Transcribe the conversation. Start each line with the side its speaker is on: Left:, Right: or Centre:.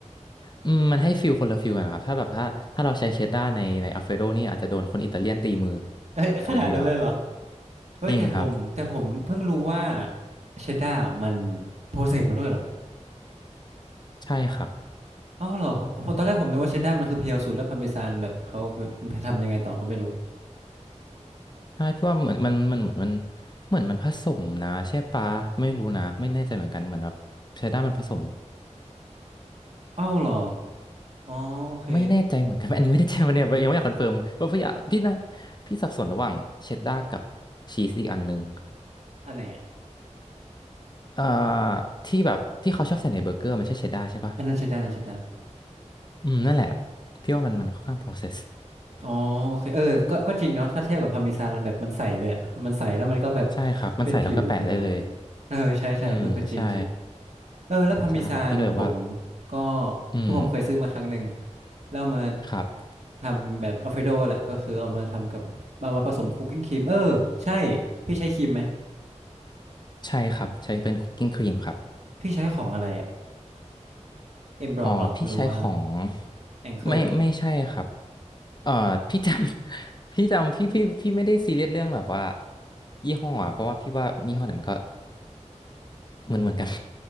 Left: อืมมันให้ฟิลคนละฟิลกันนะครับถ้าแบบถ้าถ้าเราใช้เชดด้าในในอัลเฟโดนี่อาจจะโดนคนอิตาเลียนตีมือ
Right: เอ้ยขนาดนั้นเลยเหรอ
Left: เลยทีเดียว
Right: เอ้ยแต่ผมแต่ผมเพิ่งรู้ว่า
Left: จริงครับ
Right: เชดดาร์มันโปรเซสมาด้วยเหรอ
Left: ใช่ครับ
Right: อ้าวเหรอผมผมตอนแรกผมนึกว่าเชดดาร์มันคือเพียวสุดแล้วพาร์เมซานแบบเขาไปทำยังไงต่อก็ไม่รู้
Left: ใช่พี่ว่าเหมือนมันมันเหมือนมันเหมือนมันผสมนะใช่ปะไม่รู้นะไม่แน่ใจเหมือนกันเหมือนแบบเชดด้ามันผสม
Right: อ้าวเหรออ๋อโอเค
Left: ไม่แน่ใจเหมือนกัน <laughs> อันนี้ไม่แน่ใจมันเนี่ยยังไม่อยากคอนเฟิร์มเพราะพี่อยากพี่นะพี่สับสนระหว่างเชดด้ากับชีสอีกอันหนึ่ง
Right: อันไหนอะ
Left: เอ่อที่แบบที่เขาชอบใส่ในเบอร์เกอร์มันใช่เชดด้าใช่ปะ
Right: อันนั้นเชดดาร์อันนั้นเชดดา
Left: อืมนั่นแหละพี่ว่ามันมันค่อนข้าง process
Right: อ๋อโอเคเออ ก็ก็จริงเนาะถ้าเทียบกับพาร์เมซานมันแบบมันใสเลยอะมันใสแล้วมันก็แบบ
Left: ใช่ครับมันใส่แล้วก็แปะได้เลย
Right: เป็นผิวเหมือนกันหมดเลยเออใช่ใช่เออก็จริงจริง
Left: อืมใช่
Right: เออแล้วพาร์เมซานผม
Left: ใช่พี่ก็เลยว่า
Right: ก็
Left: อืม
Right: คือผมเคยซื้อมาครั้งหนึ่งแล้วเอามา
Left: ครับ
Right: ทำแบบอัลเฟรโดแหละก็คือเอามาทำกับเอามาผสมคุกกิ้งครีมเออใช่พี่ใช้ครีมไหม
Left: ใช่ครับใช้เป็นคุกกิ้งครีมครับ
Right: พี่ใช้ของอะไรอะเอ็มบรอกเหรอหรือว่า
Left: อ๋อพี่ใช้ของ
Right: แองเกอร์
Left: ไม่ไม่ใช่ครับเอ่อ <laughs> พี่จำ <laughs> พี่จำพี่พี่พี่ไม่ได้ซีเรียสเรื่องแบบว่ายี่ห้ออะเพราะว่าพี่ว่ายี่ห้อไหนมันก็เหมือนเหมือนกัน